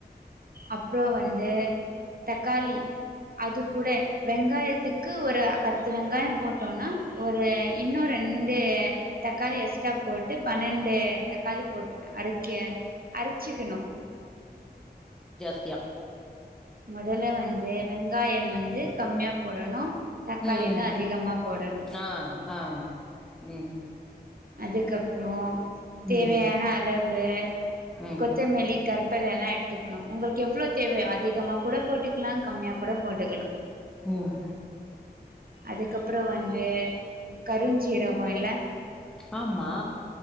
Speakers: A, on the right; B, in the centre.
A: அப்ரோ வந்து தக்காளி அது கூட வெங்காயத்துக்கு ஒரு த்து வெங்காயோ போட்டோன்னா ஒரு இன்னு ரெண் டு தக்காளி எஸ்டா போட்டு பன்னெண்டு தக்காளி போட்டு அரைக்க அரைச்சிக்குணு
B: தியா
A: மொதல்ல வந்து வெங்காய வந்து கம்மியா போடணு தக்காளி
B: ம்
A: தா அதிகமா போடணு
B: ஆ ஆ ம்
A: அதுக்கப்ரோ தேவையான
B: ம்
A: அளவு
B: ம்
A: கொத்தே மல்லி கருபெலலா எடுத்துக்குணு உங்களுக்கு எவ்ளோ தேவையோ அதிகமா குட போட்டுக்கலா கம்மியா குட போட்டுக்கலா
B: ம்
A: அதுக்கப்புறோ வந்து கருஞ்சீரகம் இல்ல
B: ஆமா